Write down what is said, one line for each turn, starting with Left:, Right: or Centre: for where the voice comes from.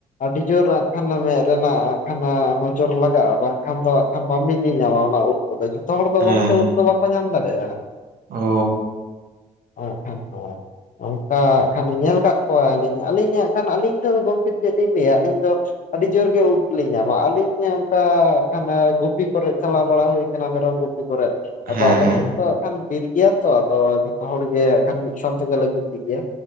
Left: ᱟᱹᱰᱤ ᱡᱳᱨ ᱦᱟᱸᱜ ᱠᱷᱟᱱ ᱚᱱᱟ ᱢᱮᱸᱫ ᱨᱮᱱᱟᱜ ᱦᱟᱸᱜ ᱠᱷᱟᱱ ᱱᱚᱡᱚᱨ ᱞᱟᱜᱟᱜᱼᱟ ᱵᱟᱝᱠᱷᱟᱱ ᱫᱚ ᱦᱟᱸᱜ ᱠᱷᱟᱱ ᱵᱟᱢ ᱧᱤᱧᱟᱢᱟ ᱚᱱᱟ ᱳᱫᱽ ᱛᱚᱵᱮ ᱡᱷᱚᱛᱚ ᱦᱚᱲ ᱫᱚ
Right: ᱦᱮᱸ
Left: ᱜᱚᱢᱠᱮ
Right: ᱦᱮᱸ
Left: ᱳᱫᱽ ᱫᱚ ᱵᱟᱠᱚ ᱧᱟᱢ ᱫᱟᱲᱮᱭᱟᱜᱼᱟ᱾
Right: ᱚ
Left: ᱦᱟᱸᱜ ᱠᱷᱟᱱ ᱠᱚ ᱮ ᱦᱟᱸᱜ ᱠᱷᱟᱱ ᱧᱮᱞ ᱠᱚᱣᱟᱞᱤᱧ ᱟᱹᱞᱤᱧ, ᱟᱹᱞᱤᱧ ᱦᱟᱸᱜ ᱠᱷᱟᱱ ᱟᱹᱞᱤᱧ ᱫᱚ ᱜᱚᱝᱠᱮ ᱪᱮᱫ ᱞᱤᱧ ᱞᱟᱹᱭᱟ ᱟᱹᱞᱤᱧ ᱫᱚ ᱟᱹᱰᱤ ᱡᱳᱨ ᱜᱮ ᱩᱫ ᱞᱤᱧ ᱧᱟᱢᱟ ᱟᱹᱞᱤᱧ ᱚᱱᱠᱟ ᱦᱟᱸᱜ ᱠᱷᱟᱱ ᱜᱩᱯᱤ ᱠᱚᱨᱮ ᱪᱟᱞᱟᱣ ᱦᱩᱭ ᱟᱠᱟᱱᱟ ᱢᱮᱨᱚᱢ ᱜᱩᱯᱤ ᱜᱩᱞᱤ ᱠᱚᱨᱮᱫ ᱟᱫᱚ
Right: ᱦᱮᱸ
Left: ᱟᱞᱮ
Right: ᱦᱮᱸ
Left: ᱥᱮᱫ ᱫᱚ ᱦᱟᱸᱜ ᱠᱷᱟᱱ ᱵᱤᱨ ᱜᱮᱭᱟ ᱛᱚ ᱟᱫᱚ ᱡᱷᱚᱛᱚ ᱦᱚᱲ ᱜᱮ ᱦᱟᱸᱜ ᱠᱷᱟᱱ ᱢᱤᱫ ᱥᱚᱝ ᱛᱮᱜᱮᱞᱮ ᱜᱩᱛᱤ ᱜᱮᱭᱟ᱾